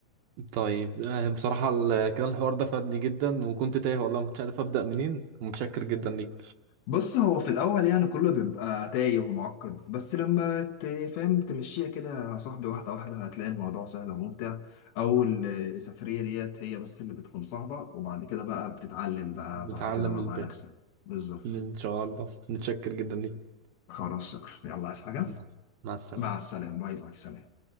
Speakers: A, on the right; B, on the left.
A: طيب آه، بصراحة ال- كده الحوار ده فادني جدا وكنت تايه والله ما كنتش عارف ابدأ منين ومتشكر جدا ليك
B: بص هو في الأول يعني كله بيبقى تايه ومعقد بس لما تفهم تمشيها كده يا صاحبي واحدة واحدة هتلاقي الموضوع سهل وممتع أول سفرية ديت هي بس اللي بتكون صعبة وبعد كده بقى بتتعلم بقى
A: بتعلم
B: بعد كده بقى
A: الباقي
B: مع نفسك بالظبط
A: ان شاء الله متشكر جدا ليك
B: خلاص شكرا يلا عايز حاجة
A: مع مع السلامة
B: مع السلامة باي باي سلام